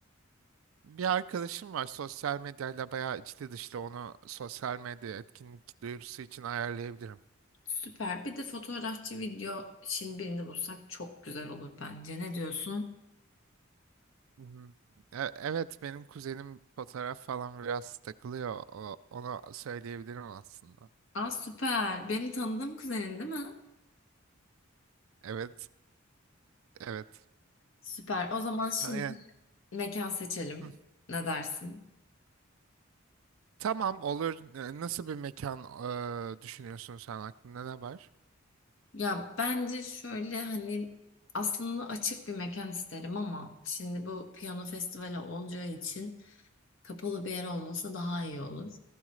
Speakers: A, on the right (about 75°); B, on the left (about 65°).
A: Bir arkadaşım var sosyal medyayla bayağı içli dışlı onu sosyal medya etkinlik duyurusu için ayarlayabilirim.
B: Süper. Bir de fotoğrafçı video için birini bulsak çok güzel olur bence. Ne diyorsun?
A: Hmm. E- Evet benim kuzenim fotoğraf falan biraz takılıyor. O, ona söyleyebilirim aslında.
B: Aa süper. Benim tanıdığım kuzenin değil mi?
A: Evet, evet.
B: Süper. O zaman şimdi
A: Aynen.
B: mekan seçelim.
A: Hı.
B: Ne dersin?
A: Tamam olur. E, Nasıl bir mekan e, düşünüyorsun sen aklında ne var?
B: Ya bence şöyle hani aslında açık bir mekan isterim ama şimdi bu piyano festivali olacağı için kapalı bir yer olmasa daha iyi olur.